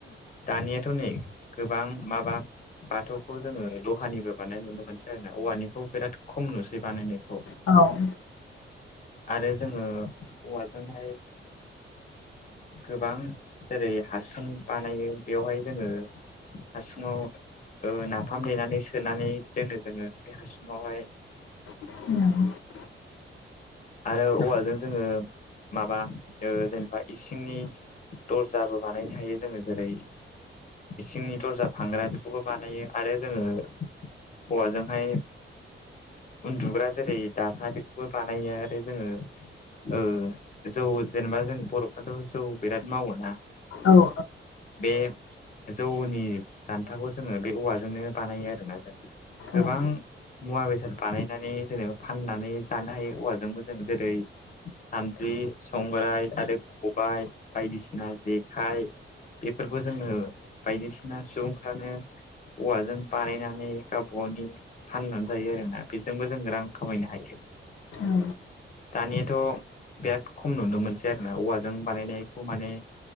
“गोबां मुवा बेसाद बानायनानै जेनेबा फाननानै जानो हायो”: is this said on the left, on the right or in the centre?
Left